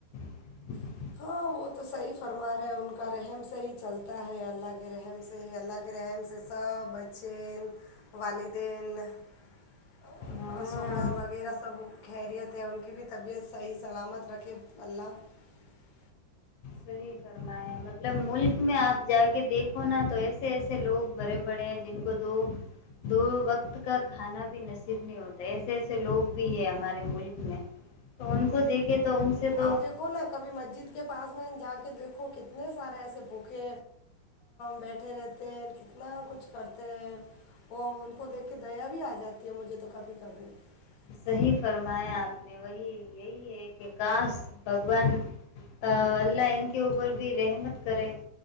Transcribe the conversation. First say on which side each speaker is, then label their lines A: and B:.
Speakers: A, on the left; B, on the left.
A: <unintelligible>
B: <unintelligible> <unintelligible>
A: ہاں صحیح فرمایا مطلب ملک میں آپ جا کے دیکھو نا تو ایسے ایسے لوگ بڑے پڑے ہیں جن کو دو دو وقت کا کھانا بھی نصیب نہیں ہوتا ایسے ایسے لوگ بھی ہے ہمارے ملک میں تو ان کو دیکھے تو ان سے تو
B: آپ دیکھو نا کبھی مسجد کے پاس <unintelligible> اس میں جا کے دیکھو کتنے سارے ایسے بھوکے بیٹھے رہتے ہیں کتنا کچھ کرتے ہیں اور ان کو دیکھ کے دیا بھی آ جاتی ہے مجھے تو کبھی کبھی <unintelligible>
A: صحی فرمایا آپ نے وہی یہی ہے کہ کاش بھگوان اللہ ان کے اوپر بھی رحمت کرے